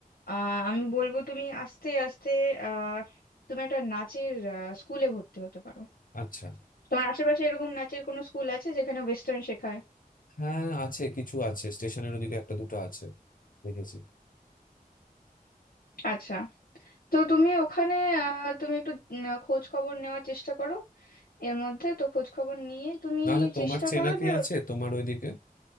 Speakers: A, on the left; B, on the left.
A: আহ আমি বলবো তুমি আস্তে আস্তে আহ তুমি একটা নাচের স্কুলে ভর্তি হতে পারো
B: আচ্ছা
A: তোমার আশেপাশে এরকম নাচের কোনো স্কুল আছে যেখানে ওয়েস্টার্ন শেখায়
B: হ্যাঁ আছে কিছু আছে স্টেশনের ওদিকে একটা দুটো আছে দেখেছি
A: আচ্ছা তো তুমি ওখানে আহ, তুমি একটু উম, খোঁজ খবর নেওয়ার চেষ্টা করো এর মধ্যে তো খোঁজ খবর নিয়ে তুমি
B: নাহলে তোমার
A: চেষ্টা
B: চেনা
A: করো
B: কি
A: যে
B: আছে তোমার ওইদিকে